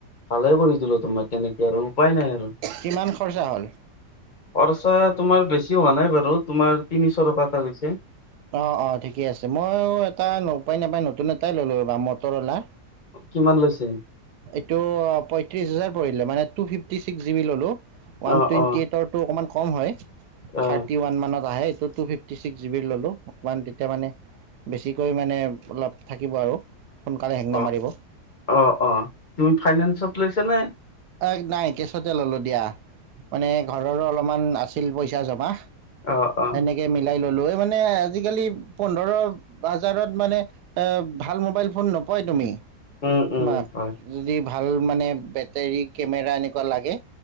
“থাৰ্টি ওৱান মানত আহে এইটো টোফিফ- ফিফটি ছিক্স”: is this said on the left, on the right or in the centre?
Right